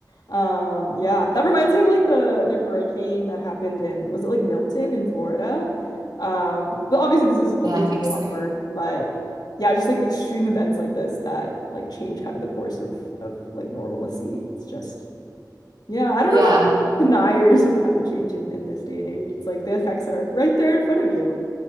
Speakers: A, on the left (about 65°); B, on the right (about 80°).
A: Um yeah, that reminds me of like the the hurricane that happened in was it like Milton in Florida? Um well obviously this is
B: Yeah,
A: this
B: I
A: is
B: think
A: a lot
B: so.
A: worse, but yeah, just like extreme events like this that like change kind of the course of of like normalcy. It's just yeah, I don't
B: Yeah.
A: know how to be <laughs> deniers of climate change in, in this day and age. It's like the effects are right there in front of you.